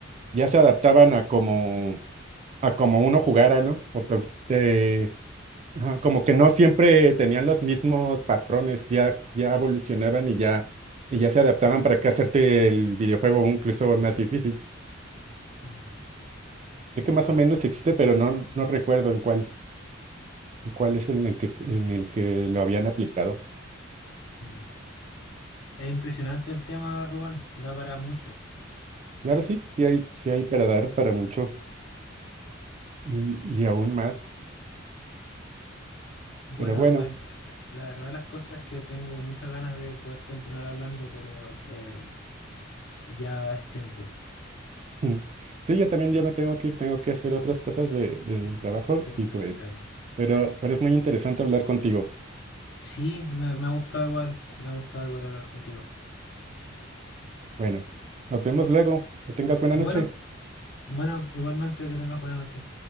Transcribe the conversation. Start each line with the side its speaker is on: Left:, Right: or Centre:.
Right: ya se adaptaban a como, a como uno jugara, ¿no? Porque, eh,
Left: Sí,
Right: ajá, como que no siempre tenían los mismos patrones, ya, ya evolucionaban y ya, y ya se adaptaban para que hacerte el videojuego incluso más difícil.
Left: Mm, sí,
Right: Sé que más o menos existe, pero no, no recuerdo en cuál, en cuál es en el que, en el que lo habían aplicado.
Left: mm. Es impresionante el tema, Rubén, da para mucho.
Right: Claro, sí, sí hay, sí hay para dar para mucho y, y aún
Left: Sí.
Right: más.
Left: Bueno,
Right: Pero bueno,
Left: Rubén. La verdad, las cosas es que tengo muchas ganas de poder continuar hablando, pero eh, ya es tiempo.
Right: mm, sí, yo también ya me tengo que ir, tengo que hacer otras cosas de, del
Left: Tengo,
Right: trabajo
Left: tengo
Right: y
Left: que
Right: pues,
Left: retirarme.
Right: pero, pero es muy interesante hablar contigo.
Left: Sí, me, me ha gustado igual, me ha gustado igual hablar contigo.
Right: Bueno, nos vemos luego. Que tengas buena
Left: Bueno,
Right: noche.
Left: bueno, igualmente que tengas buena noche.